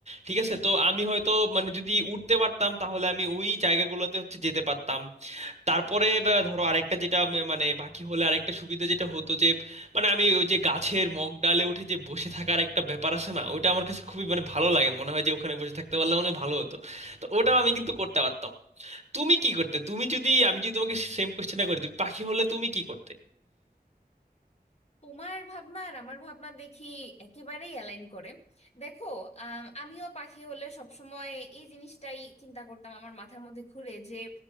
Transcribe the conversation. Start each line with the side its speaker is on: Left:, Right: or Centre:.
Right: ঠিক আছে তো আমি হয়তো মানে যদি উঠতে পারতাম তাহলে আমি ওই জায়গাগুলোতে হচ্ছে যেতে পারতাম তারপরে বা ধরো আরেকটা যেটা আমি- মানে বাকি হলে আরেকটা সুবিধা যেটা হতো যে মানে আমি ওই যে গাছের মগ ডালে উঠে যে বসে থাকার একটা ব্যাপার আছে না ওটা আমার কাছে খুবই মানে ভালো লাগে মনে হয় যে ওখানে বসে থাকতে পারলে মনে হয় ভালো হতো তো ওটাও আমি কিন্তু করতে পারতাম তুমি কি করতে তুমি যদি আমি যদি তোমাকে সেম কোশ্চেনটা করে দিই পাখি হলে তুমি কি করতে
Left: তোমার ভাবনা আর আমার ভাবনা দেখি একেবারেই অ্যালাইন করে দেখো আম, আমিও পাখি হলে সবসময় এই জিনিসটাই চিন্তা করতাম আমার মাথার মধ্যে ঘুরে যে